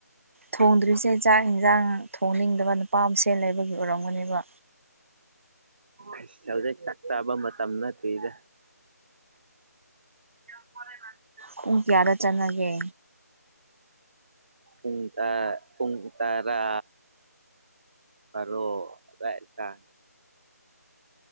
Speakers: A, on the right; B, on the right.
A: ꯊꯣꯡꯗ꯭ꯔꯤꯁꯦ ꯆꯥꯛ ꯏꯟꯁꯥꯡ ꯊꯣꯡꯅꯤꯡꯗꯕꯠꯇ ꯄꯄꯥꯥꯝꯁꯦ ꯂꯩꯕꯒꯤ ꯑꯣꯏꯔꯝꯒꯅꯦꯕ
B: ꯑꯁ ꯍꯧꯖꯤꯛ ꯆꯥꯛꯇꯥꯕ ꯃꯇꯝ ꯅꯠꯇ꯭ꯔꯤꯗ ꯦꯃ
A: ꯄꯨꯡ ꯀꯌꯥꯗ ꯆꯠꯅꯒꯦ
B: ꯄꯨꯡ ꯇꯔ ꯄꯨꯡ ꯇꯔꯥ ꯇꯔꯨꯛ <unintelligible>